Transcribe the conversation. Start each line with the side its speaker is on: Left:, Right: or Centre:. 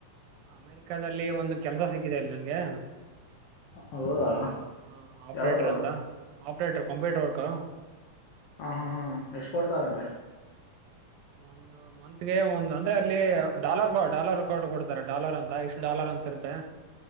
Right: ಅಮೇರಿಕಲ್ಲಿ ಒಂದು ಕೆಲ್ಸ ಸಿಕ್ಕಿದೆ ಅಲ್ಲಿ ನನ್ಗೆ
Left: ಹೌದಾ
Right: ಹಾ ಆಪ್ರೇಟರ್
Left: ಯಾವ್ದು
Right: ಅಂತ ಆಪ್ರೇಟರ್ ಕಂಪ್ಯೂಟರ್ ವರ್ಕರು
Left: ಹಾ ಹಾ ಹಾ ಎಷ್ಟ ಕೊಡ್ತಾರಂತೆ
Right: ಒಂದು ಮಂತ್ಗೆ ಒಂದು ಅಂದ್ರೆ ಅಲ್ಲಿ ಡಾಲರ್ ಡಾಲರ್ ಕಟ್ಟ ಕೊಡ್ತಾರೆ ಡಾಲರ್ ಅಂತ ಇಷ್ಟು ಡಾಲರ್ ಅಂತ ಇರುತ್ತೆ